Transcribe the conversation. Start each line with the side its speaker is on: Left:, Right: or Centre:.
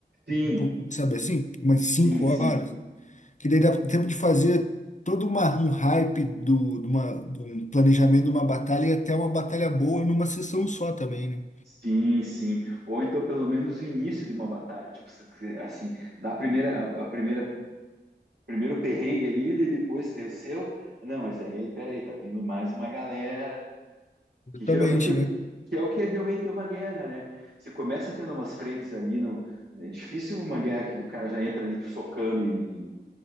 Right: Sim,
Left: um pouco, sabe assim, umas cinco
Right: Sim, sim,
Left: horas, que daí dá tempo de fazer todo uma, um hype do, de, uma, de um planejamento de uma batalha e até uma batalha boa numa sessão só também, né?
Right: sim, sim. Ou então, pelo menos, o início de uma batalha. Tipo, se- se- assim, da primeira, a, a primeira, primeiro perrengue ali, e depois venceu. Não, mas aí, peraí, tá vindo mais uma galera,
Left: Exatamente,
Right: que geralmente é o
Left: né?
Right: que, que é o que é realmente é uma guerra, né? Você começa tendo umas frentes ali, não, é difícil uma guerra que o cara já entra ali socando e,